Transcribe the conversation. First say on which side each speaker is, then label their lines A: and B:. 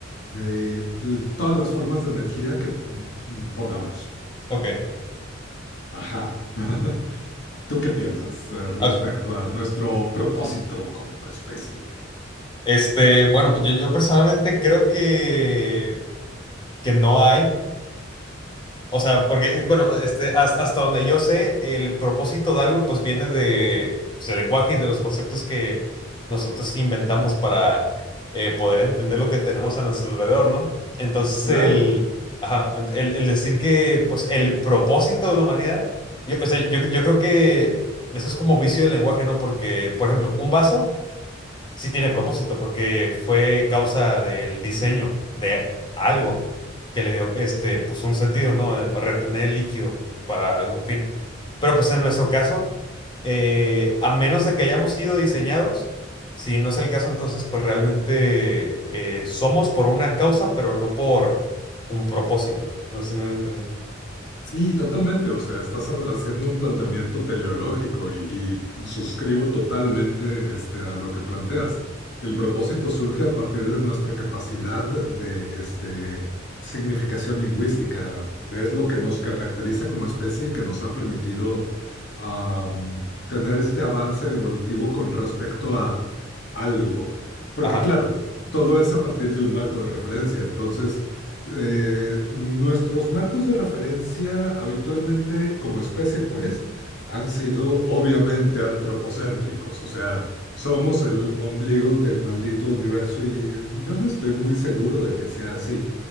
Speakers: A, on the left; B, on the left.
A: eh, l- todas las formas de energía que mm, mm, podamos.
B: Ok.
A: Ajá. <laughs> ¿Tú qué piensas eh, respecto
B: Ok.
A: a nuestro propósito como especie?
B: Este, bueno, yo, yo personalmente creo que, que no hay. O sea, porque, bueno, este, hasta, hasta donde yo sé, el propósito de algo pues viene de, pues, del lenguaje y de los conceptos que nosotros inventamos para eh, poder entender lo que tenemos a nuestro alrededor, ¿no? Entonces,
A: Claro,
B: el, ajá, el, el decir que pues el propósito de la humanidad, yo, o sea, yo, yo creo que eso es como vicio del lenguaje, ¿no? Porque, por ejemplo, un vaso sí tiene propósito porque fue causa del diseño de algo que le dio este, pues un sentido, ¿no? De Retener el líquido para algún fin. Pero pues en nuestro caso, eh, a menos de que hayamos sido diseñados, si no es el caso, entonces pues realmente eh, somos por una causa, pero no por un propósito. No sé si me voy a entender.
A: Sí, totalmente. O sea, estás ha- haciendo un planteamiento teleológico y, y suscribo totalmente este, a lo que planteas. El propósito surge a partir de nuestra capacidad de este, significación lingüística. Es lo que nos caracteriza como especie y que nos ha permitido am, tener este avance evolutivo con respecto a algo. Porque
B: Ajá,
A: claro, todo es a partir de un marco de referencia. Entonces... Eh, nuestros marcos de referencia habitualmente, como especie, pues, han sido obviamente antropocéntricos, o sea, somos el ombligo del maldito universo y yo no estoy muy seguro de que sea así.